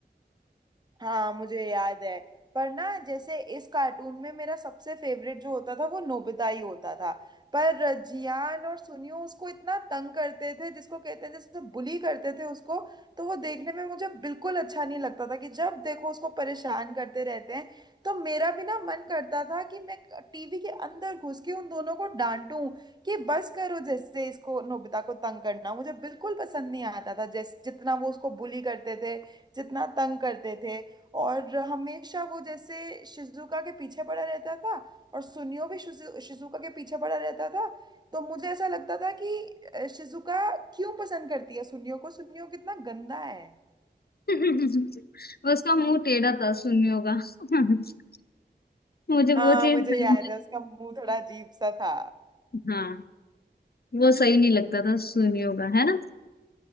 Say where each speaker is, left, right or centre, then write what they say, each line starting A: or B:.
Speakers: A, on the right (about 25°); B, on the left (about 60°).
A: हाँ मुझे याद है पर ना जैसे इस कार्टून में मेरा सबसे फेवरेट जो होता था वो नोबिता ही होता था पर जियान और सुनियो उसको इतना तंग करते थे जिसको कहते हैं जैसे बुली करते थे उसको तो वो देखने में मुझे बिल्कुल अच्छा नहीं लगता था कि जब देखो उसको परेशान करते रहते हैं तो मेरा भी ना मन करता था कि मैं टीवी के अंदर घुस के उन दोनों को डांटूं कि बस करो जैसे इसको नोबिता को तंग करना मुझे बिल्कुल पसंद नहीं आता था जैसे जितना वो उसको बुली करते थे जितना तंग करते थे और हमेशा वो जैसे शिजुका के पीछे पड़ा रहता था और सुनियो भी शिजु, शिजुका के पीछे पड़ा रहता था तो मुझे ऐसा लगता था कि अ, शिजुका क्यों पसंद करती है सुनियो को सुनियो कितना गंदा है
B: <laughs> उसका मुंह टेढ़ा था सुनियों का <laughs> मुझे वो
A: हाँ
B: चीज
A: मुझे
B: सही
A: याद
B: नहीं
A: है उसका मुंह थोड़ा अजीब सा था
B: लगती हाँ वो सही नहीं लगता था सुनी होगा है ना